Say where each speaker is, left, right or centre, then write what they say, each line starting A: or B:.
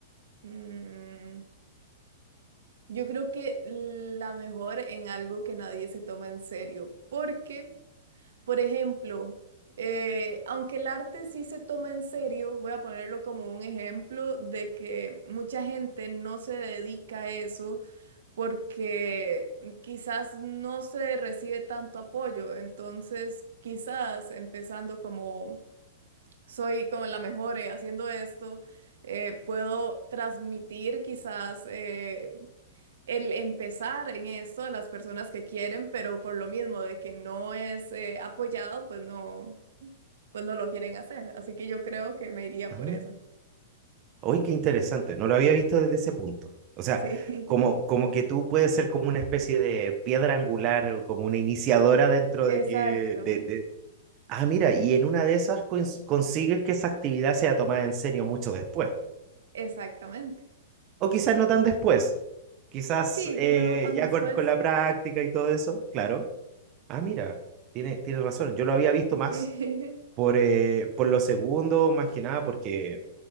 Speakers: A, on the right; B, on the right.
A: Mm, yo creo que la mejor en algo que nadie se toma en serio, porque Por ejemplo, eh, aunque el arte sí se toma en serio, voy a ponerlo como un ejemplo de que mucha gente no se dedica a eso porque quizás no se recibe tanto apoyo. Entonces, quizás empezando como soy como la mejor eh, haciendo esto, eh, puedo transmitir quizás eh, el empezar en esto a las personas que quieren, pero por lo mismo de que no es eh, apoyado, pues no, pues no lo quieren hacer. Así que yo creo que me iría
B: Ah,
A: por eso.
B: hoy qué interesante, no lo había visto desde ese punto. O sea,
A: Sí,
B: como,
A: <laughs>
B: como que tú puedes ser como una especie de piedra angular, o como una iniciadora dentro
A: exacto,
B: de que... de- de- Ah, mira, y en una de esas cons- consigues que esa actividad sea tomada en serio mucho después.
A: exactamente.
B: O quizás no tan después, quizás
A: Sí,
B: eh,
A: quizás no tan
B: ya
A: después.
B: con, con la práctica y todo eso, claro. Ah, mira, tiene, tiene razón, yo lo había visto más
A: Sí,
B: por, eh, por lo segundo, más que nada, porque